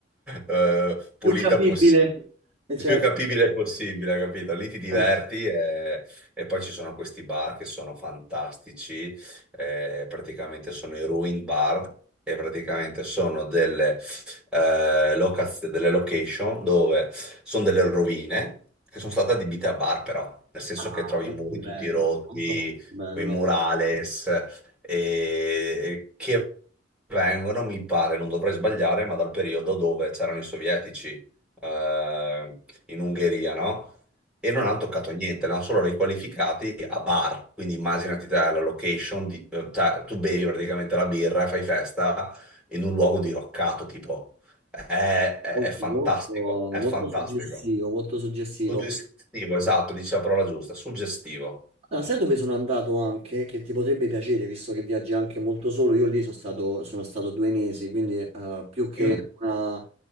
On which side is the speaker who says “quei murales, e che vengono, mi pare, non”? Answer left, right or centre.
Centre